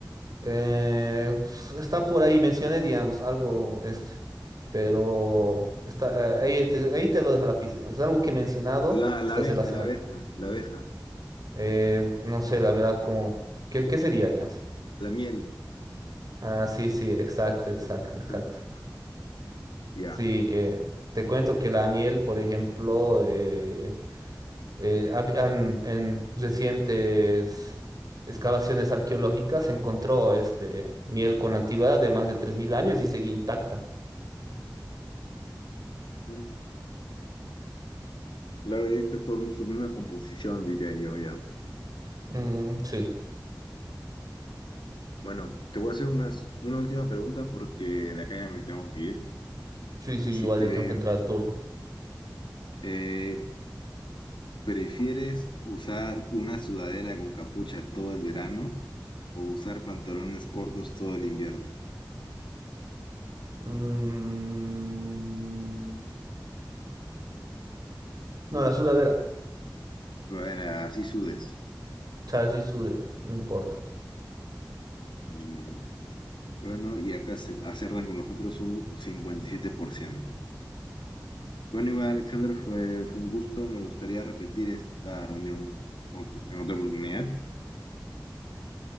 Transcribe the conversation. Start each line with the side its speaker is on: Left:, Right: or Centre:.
Right: Eh, está por ahí, mencioné, digamos, algo este, pero está, eh, ahí, te, ahí te lo dejo la pista, digamos. Es algo que he mencionado,
Left: la, la
Right: está
Left: abeja,
Right: relacionado.
Left: la abeja, la abeja,
Right: Eh, no sé, la verdad, como, ¿qué, qué sería, digamos?
Left: la miel,
Right: Ah, sí, sí, exacto, exacto, exacto.
Left: ah, ya.
Right: Sí, eh, te cuento que la miel, por ejemplo, eh, eh, hab- han- en recientes excavaciones arqueológicas se encontró este, miel con antigüedad de más de 3.000 años y seguía intacta.
Left: Mm. Claro, y es que por su misma composición, diría yo, ya.
Right: Mm, sí,
Left: Bueno, te voy a hacer unas, una última pregunta porque de acá ya me tengo que ir.
Right: sí, sí,
Left: Así
Right: igual
Left: que,
Right: yo tengo que entrar al turno.
Left: eh, ¿prefieres usar una sudadera con capucha todo el verano o usar pantalones cortos todo el invierno?
Right: Mm, no, la sudadera.
Left: Sudadera, así sudes.
Right: O sea, sí sude, no importa.
Left: Mm, Bueno, y acá se acertan con nosotros un 57%. Bueno, igual, Alexander, fue, fue un gusto. Me gustaría repetir esta reunión ot- en otra oportunidad.